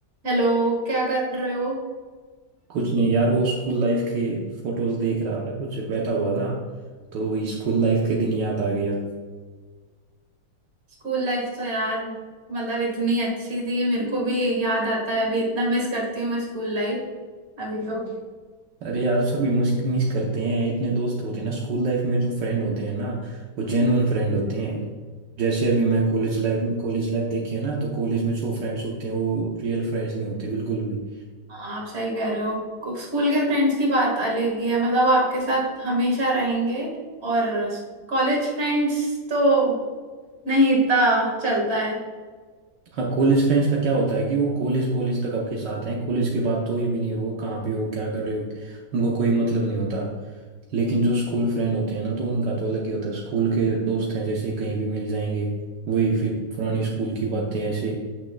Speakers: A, on the right; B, on the right.
A: हेलो क्या कर रहे हो
B: कुछ नहीं यार वो स्कूल लाइफ के फोटोज देख रहा था कुछ बैठा हुआ था तो वही स्कूल लाइफ के दिन याद आ गया
A: स्कूल लाइफ तो यार मतलब इतनी अच्छी थी मेरे को भी याद आता है अभी इतना मिस करती हूँ मैं स्कूल लाइफ अभी तो
B: अरे यार सभी मिस करते हैं इतने दोस्त होते हैं ना स्कूल लाइफ में जो फ्रेंड होते हैं ना वो जेन्युइन फ्रेंड होते हैं जैसे अभी मैं कॉलेज लाइफ कॉलेज लाइफ देखी है ना तो कॉलेज में जो फ्रेंड्स होते हैं वो रियल फ्रेंड्स नहीं होते बिल्कुल भी
A: हाँ, आप सही कह रहे हो स्कूल के फ्रेंड्स की बात अलग ही है मतलब आपके साथ हमेशा रहेंगे और कॉलेज फ्रेंड्स तो नहीं इतना चलता है
B: हाँ कॉलेज फ्रेंड्स का क्या होता है कि वो कॉलेज कॉलेज तक आपके साथ हैं कॉलेज के बाद तो ये भी नहीं हो कहाँ पे हो क्या कर रहे हो उनको कोई मतलब नहीं होता लेकिन जो स्कूल फ्रेंड होते हैं ना तो उनका तो अलग ही होता है स्कूल के दोस्त हैं जैसे कहीं भी मिल जाएंगे वही फिर पुरानी स्कूल की बातें ऐसे